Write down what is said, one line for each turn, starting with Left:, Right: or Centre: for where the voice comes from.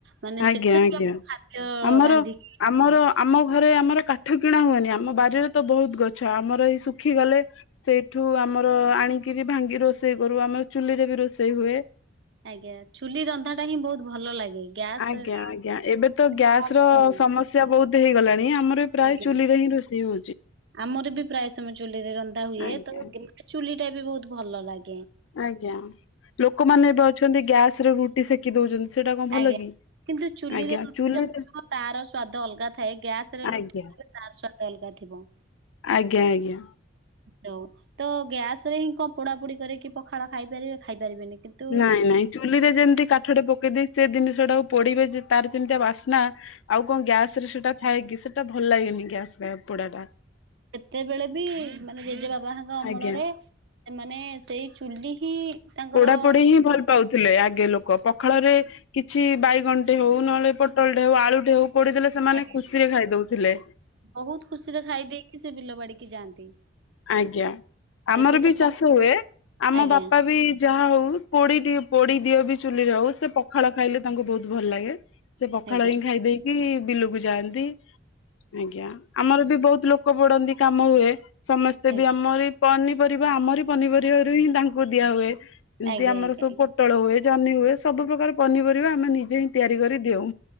Right: ମାନେ
Left: ଆଜ୍ଞା
Right: ସେଥିରୁ
Left: ଆଜ୍ଞା
Right: ବି ଆମକୁ ଖାଦ୍ୟ
Left: ଆମର
Right: ରାନ୍ଧିକି
Left: ଆମର ଆମ ଘରେ ଆମର କାଠ କିଣା ହୁଏନି ଆମ ବାରିରେ ତ ବହୁତ ଗଛ ଆମର ଏଇ ଶୁଖିଗଲେ ସେ ଏଠୁ ଆମର ଆଣିକିରି ଭାଙ୍ଗି ରୋଷେଇ କରୁ ଆମ ଚୁଲିରେ ବି ରୋଷେଇ ହୁଏ।
Right: ଆଜ୍ଞା ଚୁଲି ରନ୍ଧା ଟା ହିଁ ବହୁତ ଭଲ ଲାଗେ। ଗ୍ୟାସ
Left: ଆଜ୍ଞା
Right: ରେ
Left: ଆଜ୍ଞା ଏବେ ତ
Right: ଏତେ
Left: ଗ୍ୟାସ
Right: କଷ୍ଟ
Left: ର
Right: ହୁଏ।
Left: ସମସ୍ୟା ବହୁତ ହେଇଗଲାଣି ଆ ଆମର ପ୍ରାୟ
Right: ଆଜ୍ଞା।
Left: ଚୁଲିରେ ହିଁ ରୋଷେଇ ହଉ
Right: ଆମର ବି ପ୍ରାୟ ସମୟ ଚୁଲିରେ ରନ୍ଧା ହୁଏ
Left: ଆଜ୍ଞା
Right: ତ ଚୁଲି ଟା ବି ବହୁତ ଭଲ ଲାଗେ।
Left: ଆଜ୍ଞା ଲୋକମାନେ ଏବେ ଅଛନ୍ତି ଗ୍ୟାସରେ ରୁଟି ସେକି ଦଉଛନ୍ତି ସେଇଟା କଣ ଭଲ
Right: ଆଜ୍ଞା
Left: କି?
Right: କିନ୍ତୁ ଚୁଲିରେ
Left: ଆଜ୍ଞା
Right: ରୁଟିଟା
Left: ଚୁଲିରେ
Right: ତାର ସ୍ଵାଦ ଅଲଗା ଥାଏ ଗ୍ୟାସ ରେ
Left: ଆଜ୍ଞା
Right: ରୁଟି ତାର ସ୍ୱାଦ ଅଲଗା ଥିବ।
Left: ଆଜ୍ଞା ଆଜ୍ଞା।
Right: ହ ତ ଗ୍ୟାସ ରେ ହିଁ କଣ ପୋଡାପୋଡି କରିକିି ପଖାଳ ଖାଇପାରିବେ ଖାଇପାରିବେନି। କିନ୍ତୁ
Left: ନାଇଁ ନାଇଁ ଚୁଲିରେ ଯେମିତି କାଠଟେ ପକେଇ ଦେଇ ସେ ଜିନିଷ ଟାକୁ ପୋଡିବେ ଯେ ତାର ଯେମିତିଆ ବାସ୍ନା ଆଉ କଣ ଗ୍ୟାସରେ ସେଟା ଥାଏ କି ସେ ହେଟା ଭଲ ଲାଗେନି ଗ୍ୟାସ ର ପୋଡା ଟା
Right: ସେତେବେଳେ ବି ମାନେ ଜେଜେବାବାହେକା ଅମଳରେ
Left: ଆଜ୍ଞା
Right: ମାନେ ସେଇ ଚୁଲି ହିଁ ତାଙ୍କର
Left: ପୋଢା ପୋଡିହିଁ ଭଲ ପାଉଥିଲେ ଆଗେ ଲୋକ ପଖାଳରେ କିଛି କିଛି ବାଇଗଣଟେ ହଉ ନହେଲେ ପୋଟଳଟେ ହଉ ଆଳୁଟେ ହଉ ପଡିଦେଲେ ସେମାନେ
Right: ଆଜ୍ଞା
Left: ଖୁସିରେ ଖାଇଦଉଥିଲେ।
Right: ବହୁତ ଖୁସିରେ ଖାଇ ଦେଇକି ସେ ବିଲ ବାଡିକି ଯାଆନ୍ତି।
Left: ଆଜ୍ଞା ଆମର
Right: ଏବେ
Left: ବି
Right: ତ
Left: ଚାଷ
Right: ପ
Left: ହୁଏ ଆମ
Right: ଆଜ୍ଞା
Left: ବାପା ବି ଯାହା ହଉ ପୋଡି ଟିକେ ପୋଡି ଦିଅ ବି ଚୁଲିରେ ହଉ ସେ ପଖାଳ ଖାଇଲେ ତାଙ୍କୁ ବହୁତ ଭଲ ଲାଗେ। ସେ ପଖାଳ
Right: ଆଜ୍ଞା
Left: ହିଁ ଖାଇ ଦେଇକି ବିଲକୁ ଯାଆନ୍ତି ଆଜ୍ଞା ଆମର ବି ବହୁତ ଲୋକ କ ପଡନ୍ତି କାମ ହୁଏ ସମସ୍ତେ
Right: ଆଜ୍ଞା
Left: ବି ଆମର ପନି ପରିବା ଆମରି ପନିପରିବାରୁ ହିଁ ତାଙ୍କୁ ଦିଆ ହୁଏ ଏମିତି
Right: ଆଜ୍ଞା
Left: ଆମର
Right: ଆଜ୍ଞା ଆଜ୍ଞା
Left: ସବୁ
Right: ଆଜ୍ଞା
Left: ପୋଟଳ ହୁଏ ଜହ୍ନି ହୁଏ ସବୁ ପ୍ର୍ରକାର ପନିପରିବା ଆମେ ନିଜେ ହିଁ ତିଆରି କରି ଦେଉ